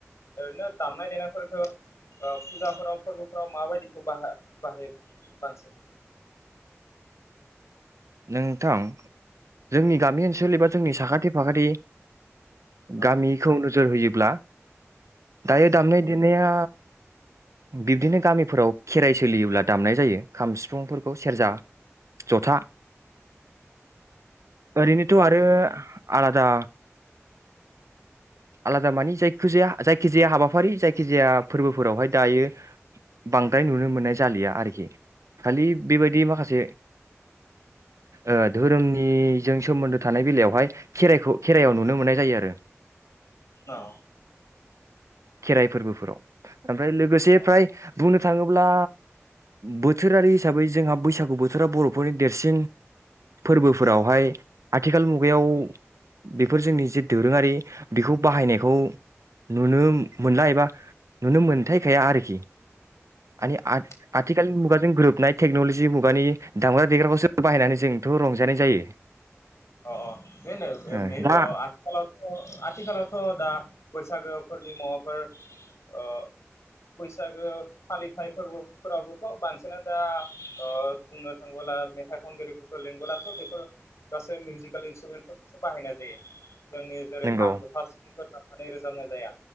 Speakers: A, on the left; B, on the right.
A: ओरैनो दामनाय देनायफोरखौ ओ फुजाफोराव फोरबोफोराव माबायदिखौ बाहाय बाहाय बांसिन
B: नोंथां जोंनि गामि ओनसोल एबा जोंनि साखाथि फाखाथि
A: अ
B: गामिखौ नोजोर होयोब्ला दायो दामनाय देनाया बिब्दिनो गामिफोराव खेराइ सोलियोब्ला दामनाय जायो खाम सिफुंफोरखौ सेरजा जथा ओरैनोथ‌ आरो आलादा आलादा मानि जायखिजाया जायखिजाया हाबाफारि जायखिजाया फोरबोफोरावहाय दायो बांद्राय नुनो मोननाय जालिया आरोखि खालि बेबायदि माखासे ओ धोरोमनिजों सोमोन्दो थानाय बेलायावहाय खेराइखौ खेराइायाव नुनो मोननाय जायो आरो।
A: औ
B: खेराइ फोरबोफोराव। ओमफ्राय लोगोसे
A: अ
B: फ्राय बुं नो थाङोब्ला बोथोरारि हिसाबै जोंहा बैसागु बोथोरा बर'फोरनि देरसिन फोरबोफोरावहाय
A: अ अ
B: आथिखाल मुगायाव
A: नंगौ
B: बेफोर जोंनि जे दोरोङारि बेखौ बाहायनायखौ नुनो मोनला एबा नुनो मोनथायखाया आरोखि। मानि
A: नोंथां
B: आथिखालनि मुगाजों गोरोबनाय टेक्न'लजि मुगानि दामग्रा-देग्राखौसो बाहायनानै जोंथ' रंजानाय जायो।
A: अ अ
B: ओ
A: बे
B: दा
A: आथिखालावथ' आथिखालावथ' दा बैसागोफोरनि मुवाफोर ओ बैसागो फालिथाइ फोरबोफोरावबोथ' बांसिनानो दा बुंनो थाङबोला मेथाइ खनगिरिफोरखौ लिंबोलाथ' बेफोर गासै मिउजिकेल इन्स्ट्रुमेन्टफोरखौसो बाहायनाय जायो। जोंनि जेरै-
B: नंगौ
A: खाम, जथा, सिफुं फोर दामनानै रोजाबनाय जाया।